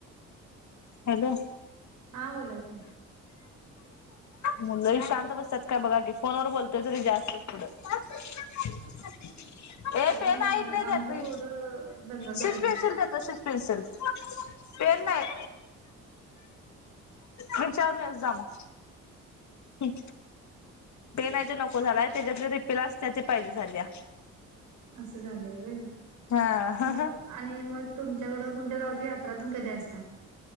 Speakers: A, on the left (about 65°); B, on the right (about 85°).
A: हॅलो!
B: हां बोला की.
A: मुलंही शांत बसतात का बघा की, फोनवर बोलतोय तरी जास्तचं पुढं. ऑफिसला चालली काय? ए,
B: अजून
A: पेन हाय
B: म्हणाला
A: इकडं ये,
B: आमची
A: देतो
B: पोरं
A: ये,
B: दंगा
A: शिशपेन्सिल
B: करत नाहीत
A: देतो. शिस पेन्सिल. पेन नाही, विच्यारून ये जा, जा मग. हूं. पेन हाय ती नको झालाय. तेच्यात ती रिफिल असत्या ती पाहिजे झालीया.
B: आसं झालेयं वय.
A: हा.
B: म आणि मग तुम च्याकडं, तुमच्या गावच्या यात्रा तून कधी असता?